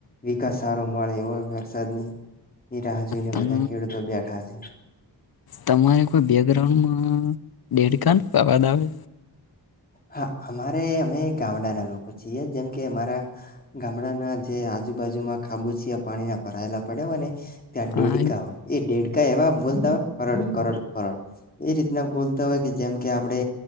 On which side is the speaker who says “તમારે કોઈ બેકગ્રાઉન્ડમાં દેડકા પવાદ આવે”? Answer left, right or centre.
Left